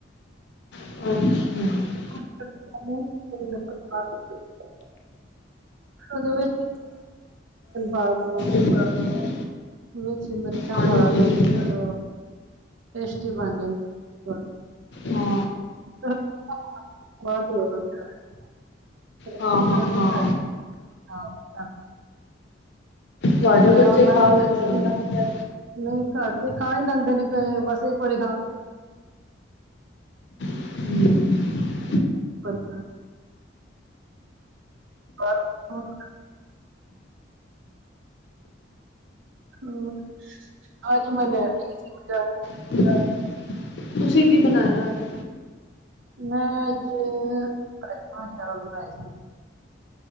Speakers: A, on the left (about 60°); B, on the right (about 75°).
A: <inaudible>
B: <inaudible> ਉਹ ਵਿੱਚ <inaudible>
A: <inaudible>
B: ਵਿੱਚ ਮਿਰਚਾਂ
A: ਹਾਂਜੀ।
B: ਪਾ ਦੋ ਤੇ ਫਿਰ ਟਸਟੀ ਬਣ ਜਾਂਦੀ <unintelligible>
A: ਹਾਂ,
B: <unintelligible> ਰੋਟੀ
A: ਹਾਂ ਹਾਂ
B: ਨਾਲ ਨਹੀਂ
A: ਹਾਂ।
B: ਖਾਇਆ ਹਾਂ। ਹਾਂ।
A: ਤੁਹਾਡੇ
B: ਮੈਂ
A: ਬੱਚੇ ਖਾ ਲੈਂਦੇ
B: <inaudible>
A: ਹੋਣੇ।
B: ਨ੍ਹੀਂ ਘਰ ਤੇ ਖਾਏ ਜਾਂਦੇ ਨੇਂ <unintelligible> ਬਸ ਇੱਕ ਵਾਰੀ ਖਾ। <unintelligible>
A: ਹਂ
B: <inaudible> ਹੋਰ ਬਹੁਤ ਹਂ ਅਜ ਮਨਿਆ <unintelligible>
A: <unintelligible> ਤੁਸੀਂ ਕੀ ਬਣਾਇਆ ਅੱਜ?
B: ਮੈਂ ਅੱਜ, ਰਾਜਮਾ ਚਾਵਲ ਬਨਾਏ ਸੀ।